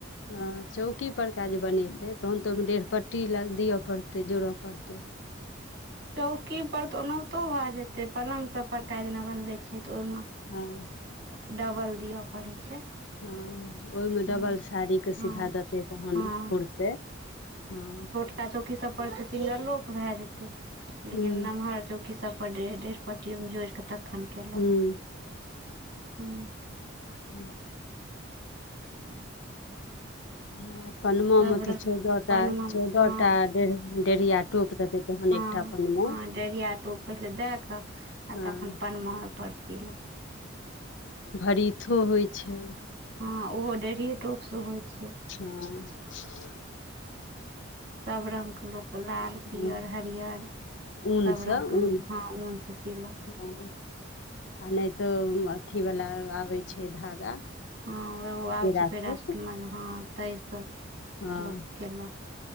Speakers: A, on the left; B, on the right.
A: हँ चौकी परका जे बनेतै तहन तऽ ओहिमे डेढ़ पट्टी दिअ पड़तै जोड़य पड़तै
B: चौकी पर तऽ ओनाहितो भए जेते पलङ्ंग सब परका जेना बनबे छै तऽ ओहिमे
A: हँ
B: डबल दिअ पड़े छै
A: हँ ओहिमे
B: हँ
A: डबल साड़ीके
B: हँ
A: सीधा देतै तहन
B: हँ
A: फुरतै हँ
B: क्का चौकी सब पर ते सिंगरो के भए जेते लेकिन
A: हूँ
B: नमहर चौकी सब पर डेरह डेरह पट्टो मे जोड़िक तक एखन केलक
A: हूँ
B: हँ
A: हू
B: <inaudible>
A: ह पनमा
B: सब
A: मे
B: रंग
A: तऽ चौदह
B: पानिमे
A: टा चौदह
B: हँ
A: टा डेढ़िया टोप देते तहन
B: हँ
A: एकटा पनमा
B: हँ डेढ़िया टोप पहिले दय कऽ आ
A: हँ
B: तखन परनमा ओहि पर सीलक
A: भरीथो होइ छै
B: भार हँ ओहो डेढ़ए टोप से होइ छै
A: हँ
B: सब रंग के लोक लाल पियर
A: हँ
B: हरियर
A: ऊनसँ
B: सभ रङ्गके
A: ऊन
B: लोक हँ ऊन सँ सिलक
A: हँ आ नहि तऽ अथिवला आबै छै धागा
B: हँ एगो आबै
A: पेड़ासूत
B: छै पेराासूट मे हँ ताइसँ
A: हँ
B: लोक केलक